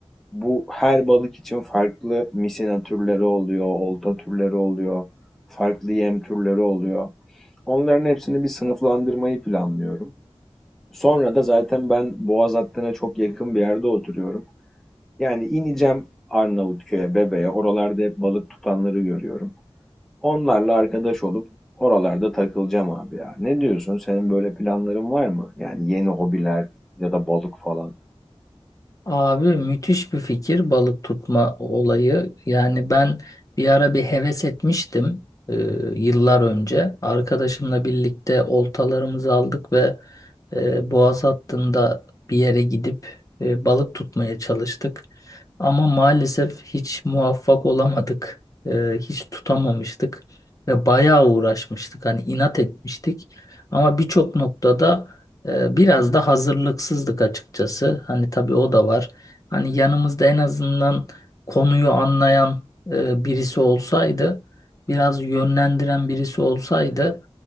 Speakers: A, in the centre; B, on the left.
A: Bu her balık için farklı misina türleri oluyor, olta türleri oluyor, farklı yem türleri oluyor. Onların hepsini bir sınıflandırmayı planlıyorum. Sonra da zaten ben Boğaz hattına çok yakın bir yerde oturuyorum. Yani ineceğim Arnavutköy'e, Bebe'ye. Oralarda hep balık tutanları görüyorum. Onlarla arkadaş olup oralarda takılacağım abi ya. Ne diyorsun? Senin böyle planların var mı? Yani yeni hobiler ya da balık falan.
B: Abi müthiş bir fikir balık tutma olayı. Yani ben bir ara bir heves etmiştim e, yıllar önce. Arkadaşımla birlikte oltalarımızı aldık ve e, boğaz hattında bir yere gidip e, balık tutmaya çalıştık. Ama maalesef hiç muvaffak olamadık. E, hiç tutamamıştık ve bayağı uğraşmıştık. Hani inat etmiştik. Ama birçok noktada ee, Biraz da hazırlıksızlık açıkçası. Hani tabii o da var. Hani yanımızda en azından konuyu anlayan e, birisi olsaydı, biraz yönlendiren birisi olsaydı